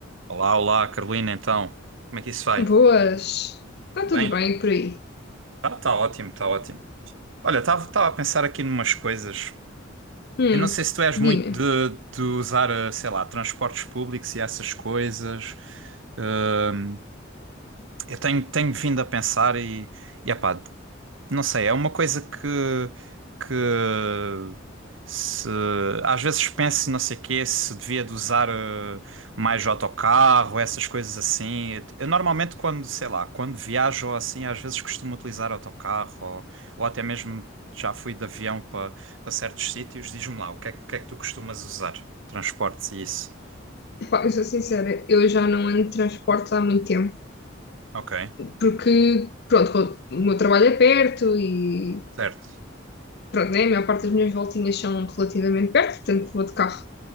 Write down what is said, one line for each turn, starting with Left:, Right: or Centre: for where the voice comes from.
Right: Olá, olá, Carolina, então. Como é que isso vai?
Left: Boas. Está tudo
Right: Bem?
Left: bem por aí?
Right: Tá, tá ótimo, tá ótimo. Olha, estava a pensar aqui numas coisas.
Left: Hum,
Right: Eu não sei se tu és
Left: dime.
Right: muito de, de usar, eh, sei lá, transportes públicos e essas coisas. Hum, eu tenho, tenho vindo a pensar e, e epá, Não sei, é uma coisa que, que se às vezes penso, não sei quê, se devia de usar eh, mais autocarro, essas coisas assim. Eu normalmente quando, sei lá, quando viajo ou assim, às vezes costumo utilizar autocarro ou, ou até mesmo já fui de avião para para certos sítios. Diz-me lá, o que é, que é que tu costumas usar? Transportes e isso.
Left: Pá, eu sou sincera, eu já não ando de transportes há muito tempo,
Right: Ok,
Left: porque, pronto, o meu trabalho é perto e,
Right: certo.
Left: pronto, né, a maior parte das minhas voltinhas são relativamente perto, portanto vou de carro.